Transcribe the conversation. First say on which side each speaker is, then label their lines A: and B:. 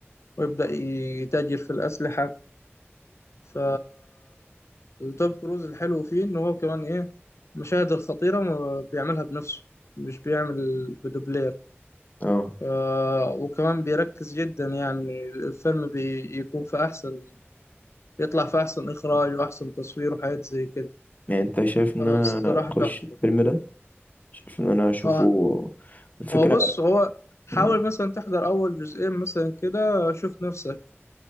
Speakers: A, on the left; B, on the left.
A: ويبدأ يتاجر في الأسلحة ف توم كروز الحلو فيه إن هو كمان إيه المشاهد الخطيرة ما بيعملها بنفسه مش بيعمل بدوبلير
B: اه
A: آه، وكمان بيركز جدا يعني الفيلم بيكون في أحسن يطلع في أحسن إخراج وأحسن تصوير وحاجات زي كده
B: يعني انت شايف ان
A: آه،
B: انا
A: الصراحة تحفة
B: اخش الفيلم ده شايف ان انا اشوفه
A: آه،
B: الفكرة
A: هو بص هو حاول
B: مم،
A: مثلا تحضر أول جزئين مثلا كده شوف نفسك